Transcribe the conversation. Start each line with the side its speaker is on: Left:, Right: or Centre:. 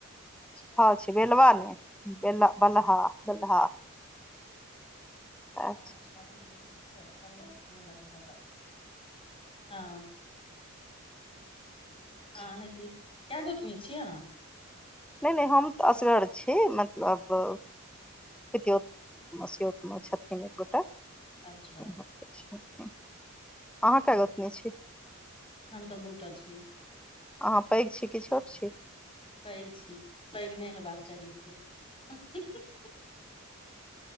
Left: अच्छा
Centre: ह छै बेलवा नै बेल बलहा बलहा
Left: <unintelligible>
Centre: सैह
Left: <unintelligible>
Centre: छै
Left: हँ हेती केँ गोतनी छियै अहाँ
Centre: नै नै हम तऽ असगर छी मतलब पितियोत मसियोत में छथिन एकगोटा
Left: अच्छा
Centre: ओम्हरकेँ छथिन <inaudible> अहाँ केँ गोतनी छी
Left: हम तऽ दूटा छी
Centre: अहाँ पैघ छी कि छोट छी
Left: पैघ छी पैघ नै हेबाक चाही लेकिन <unintelligible>